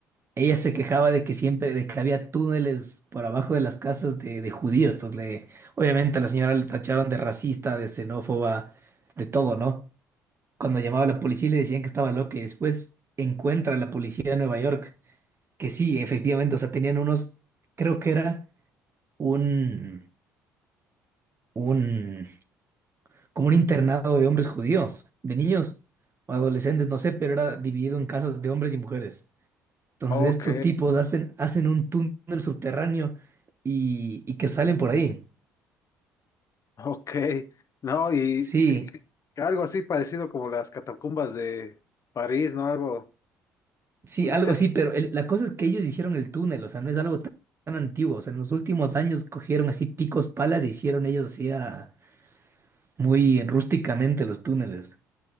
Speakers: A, on the right (about 30°); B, on the left (about 40°).
A: Ella se quejaba de que siempre, de que había túneles por abajo de las casas de, de judíos. Entonces le, obviamente a la señora le tacharon de racista, de xenófoba, de todo, ¿no? Cuando llamaba a la policía le decían que estaba loca y después encuentra a la policía de Nueva York, que sí, efectivamente, o sea, tenían unos, creo que era un, un, como un internado de hombres judíos, de niños o adolescentes, no sé, pero era dividido en casas de hombres y mujeres. Entonces
B: Ok,
A: estos tipos hacen, hacen un túnel subterráneo y, y que salen por ahí.
B: ok. No, y,
A: Sí,
B: y que- algo así parecido como las catacumbas de París, ¿no? Algo,
A: sí,
B: no
A: algo
B: sé,
A: así, pero el- la cosa es que ellos hicieron el túnel, o sea, no es algo tan, tan antiguo. O sea, en los últimos años cogieron así picos, palas y hicieron ellos así a- muy rústicamente los túneles.